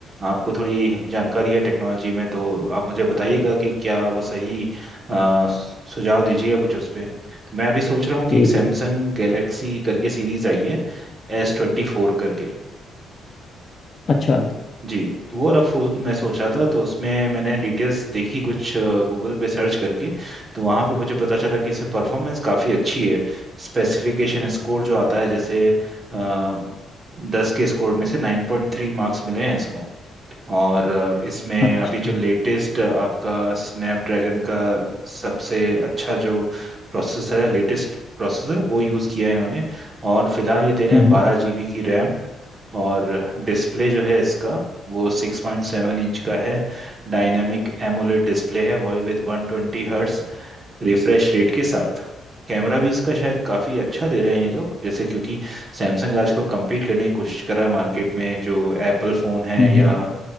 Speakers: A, on the right (about 30°); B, on the left (about 40°).
A: आपको थोड़ी जानकारी है टेक्नोलॉजी में तो आप मुझे बताइएगा कि क्या वो सही अ, सुझाव दीजिएगा कुछ उस पे तो मैं अभी सोच रहा हूँ कि
B: जी
A: एक सैमसंग
B: जी
A: गैलेक्सी करके सीरीज़ आई है एस ट्वेंटी फोर करके
B: अच्छा
A: जी वो वाला फूल मैं सोचा था तो उसमें मैंने डिटेल्स देखी कुछ गूगल पे सर्च करके तो वहाँ पे मुझे पता चला कि इससे परफॉर्मेंस काफ़ी अच्छी है स्पेसिफिकेशन स्कोर जो आता है जैसे आ, दस के स्कोर में से नाइन पॉइंट थ्री मार्क्स मिले हैं इसको और अ, इसमें
B: अच्छा
A: अभी जो लेटेस्ट आपका स्नैपड्रैगन का सबसे अच्छा जो प्रोसेसर है लेटेस्ट प्रोसेसर वो यूज़ किया है इन्होंने और फिलहाल ये दे रहे
B: हम्म
A: हैं बारह जीबी की रैम और डिस्प्ले जो है इसका वो सिक्स पॉइंट सेवन इंच का है डायनामिक एमोलेड डिस्प्ले है वो विद वन ट्वेंटी हर्ट्स रिफ्रेश रेट के साथ कैमरा भी इसका शायद काफ़ी अच्छा दे रहे हैं ये लोग जैसे क्योंकि सैमसंग आजकल compete करने की कोशिश कर रहा है मार्केट में जो एप्पल फ़ोन है
B: हम्म
A: या
B: हम्म।